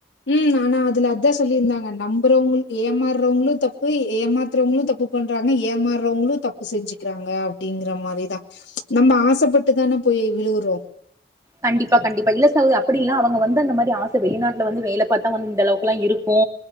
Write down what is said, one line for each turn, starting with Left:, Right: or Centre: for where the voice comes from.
Left: ம் ஆனா அதுல அதா சொல்லிருந்தாங்க நம்புறவ்ங்கள் ஏமாற்றவ்ங்ளு தப்பு ஏமாத்றவ்ங்ளு தப் ப்பு பண்றாங்க ஏமாற்றவ்ங்களு தப்பு செஞ்சுக்கிறாங்க அப்டிங்கிற மாரிதா நம்ம ஆசப்பட்டுதான போய் விழுகுறோ
Right: கண்டிப்பா கண்டிப்பா இல்ல சகோதரி அப்டி இல்ல அவங்க வந்து அந்த மாரி ஆச வெளிநாட்ல வந்து வேல பாத் தா வந்து இந்த அளவுக்குலா இருக்கு